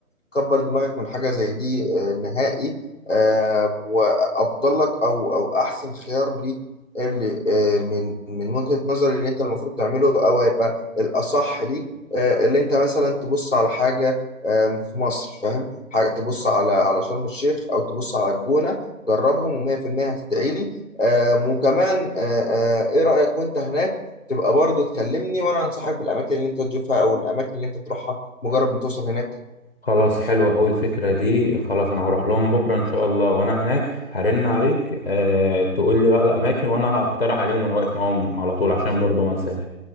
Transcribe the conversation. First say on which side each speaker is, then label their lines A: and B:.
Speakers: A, on the left (about 60°); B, on the left (about 45°).
A: فكبر دماغك من حاجة زي دي آه، نهائي آه، وأفضل لك أو أو أحسن خيار ليك اللي آه، من من وجهة نظري اللي أنت المفروض تعمله أو هيبقى الأصح ليك آه، اللي أنت مثلا تبص على حاجة آم، في مصر فاهم حاجة تبص على على شرم الشيخ أو تبص على الجونة جربهم و100% هتدعي لي آم، وكمان آه، آه، إيه رأيك وأنت هناك تبقى برضه تكلمني وانا انصحك بالاماكن اللي انت تشوفها او الاماكن اللي انت تروحها مجرد ما توصل هناك
B: خلاص حلوة أوي الفكرة دي خلاص أنا هروح لهم بكرة إن شاء الله وأنا هناك هرن عليك أه تقول لي بقى الأماكن وأنا هقترح عليهم وأنا واقف معاهم على طول عشان برضو ما انساش